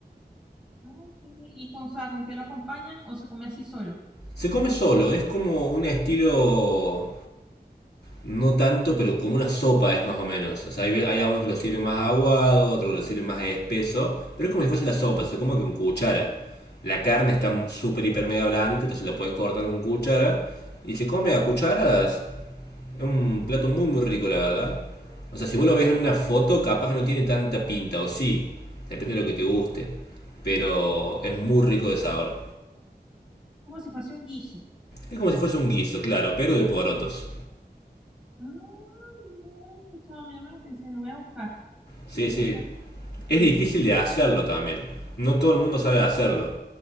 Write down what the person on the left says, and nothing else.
Se come solo, es como un estilo No tanto, pero como una sopa es más o menos. O sea, hay, hay algunos que lo sirven más aguado, otros que lo sirven más espeso, pero es como si fuese una sopa, se come con cuchara. La carne está súper, hiper, mega blandita, entonces la puedes cortar con cuchara y se come a cucharadas. Es un plato muy, muy rico, la verdad. O sea, si vos lo ves
en una foto, capaz que no tiene tanta pinta, o sí, depende de lo que te guste, pero es muy rico de sabor.
Es como si fuese un guiso, claro, pero de porotos.
Sí,
sí.
Es difícil de hacerlo también. No todo el mundo sabe hacerlo.